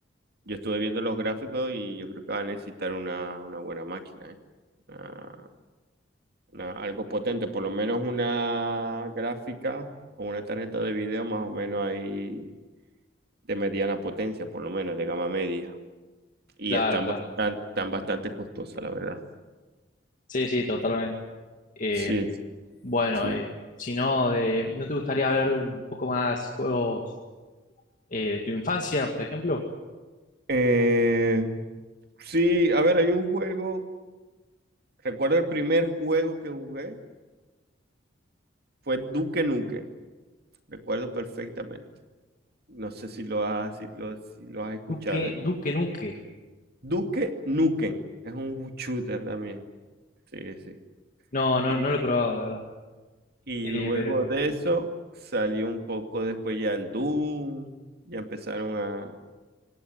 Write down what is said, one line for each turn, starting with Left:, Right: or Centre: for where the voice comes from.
Right: Yo estuve viendo los gráficos y yo creo que va a necesitar una, una buena máquina, ¿eh? Una- una- algo potente, por lo menos una gráfica o una tarjeta de video más o menos ahí de mediana potencia, por lo menos de gama media. Y
Left: claro,
Right: están
Left: claro.
Right: bastante, están bastante costosas, la verdad.
Left: Sí, sí, totalmente. Eh,
Right: Sí,
Left: bueno,
Right: sí.
Left: eh, si no, de, ¿no te gustaría hablar de un poco más juegos eh, de tu infancia, por ejemplo?
Right: Eh, sí, a ver, hay un juego, recuerdo el primer juego que jugué fue Duque Nukem, recuerdo perfectamente. No sé si lo has, si lo, si lo has escuchado.
Left: Duque, Duque Nuque.
Right: Duque Nukem, es un shooter también. Sí, sí.
Left: No, no,
Right: Y,
Left: no lo he probado, la verdad.
Right: y
Left: Eh,
Right: luego
Left: pero
Right: de eso salió un poco después ya el Doom, ya empezaron a,